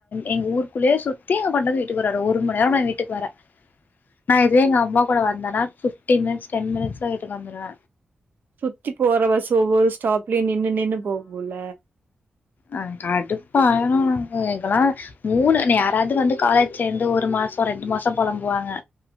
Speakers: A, on the left (about 55°); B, on the right (about 60°).
A: எங்க ஊருக்குள்ளயே சுத்தி எங்க கொண்டந்து வீட்டுக்கு வராரு ஒரு மநேரொ நா வீட்டுக் வர நா இதுவே எங்க அம்மா கூட வந்தனா ஃபிஃப்டீன் மினிட்ஸ் டென் மினிட்ஸ் ல வீட்டுக் வந்துருவ
B: சுத்தி போற பஸு ஒவ்வொரு ஸ்டாப் லி நின்னு நின்னு போகுல
A: ஆஹ் கடுப்பானுனு எக்கல்லா மூணு யாராவது வந்து காலேஜ் சேந்து ஒரு மாசொ ரெண்டு மாசம் பொலம்புவாங்க